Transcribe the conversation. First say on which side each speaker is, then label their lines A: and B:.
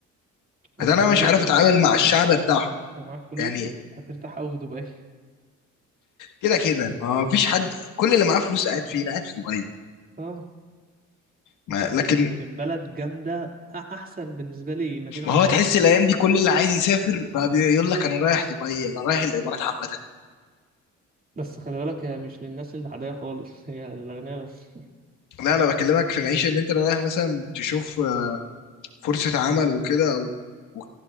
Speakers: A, on the right; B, on the left.
A: ما
B: بس
A: انت
B: انا
A: خلي
B: مش
A: بالك
B: عارف
A: لو
B: اتعامل
A: معاك فلوس
B: مع الشعب بتاعهم
A: لو معاك فلوس
B: يعني
A: هترتاح قوي في دبي
B: كده كده ما فيش حد كل اللي معاه فلوس قاعد فين قاعد في دبي
A: اه
B: ما
A: يعني
B: لكن
A: بلد جامدة أ- أحسن بالنسبة لي مدينة
B: ما
A: عربية
B: هو تحس الايام دي كل اللي عايز يسافر بقى بيقول لك انا رايح دبي انا رايح الامارات عامه
A: بس خلي بالك هي مش للناس العادية خالص هي للأغنياء بس <laughs>
B: لا انا بكلمك في معيشه ان انت رايح مثلا تشوف آه، فرصه عمل وكده أو و-